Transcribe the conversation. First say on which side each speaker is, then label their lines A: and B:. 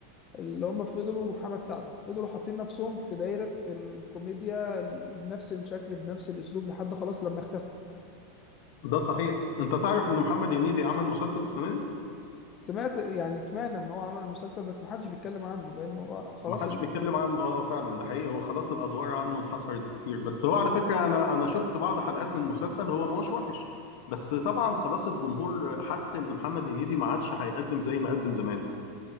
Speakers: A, on the left; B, on the left.
A: اللي هم فضلوا وحمد سعد فضلوا حاطين نفسهم في دايرة الكوميديا بنفس الشكل بنفس الاسلوب لحد خلاص لما اختفى
B: ده صحيح انت تعرف ان محمد هنيدي عمل مسلسل السنه دي
A: سمعت يعني سمعنا ان هو عمل مسلسل بس محدش بيتكلم عنه لانه هو خلاص
B: ما حدش
A: ال...
B: بيتكلم عنه اه فعلا ده حقيقي هو خلاص الادوار عنه انحصرت كتير بس هو على فكره انا انا شفت بعض حلقات من المسلسل هو ما هوش وحش بس طبعا خلاص الجمهور حس ان محمد هنيدي ما عادش هيقدم زي ما قدم زمان